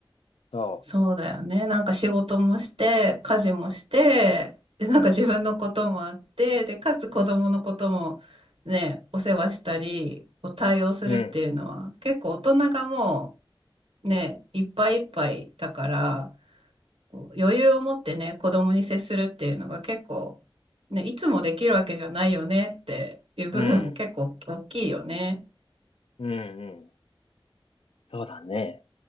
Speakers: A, on the left; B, on the right.
A: そ
B: そうだよね。なんか仕事もして、家事もして、で、なんか自分のこともあって、で、かつ子供のこともね、お世話したり、こう対応するっていうのは、
A: う、うん、
B: 結構大人がもうね、いっぱいいっぱいだから、こう余裕を持ってね、子供に接するっていうのが結構、ね、いつもできるわけじゃないよねっていう部分も結構大きいよね。
A: うん、うん、うん、そうだね。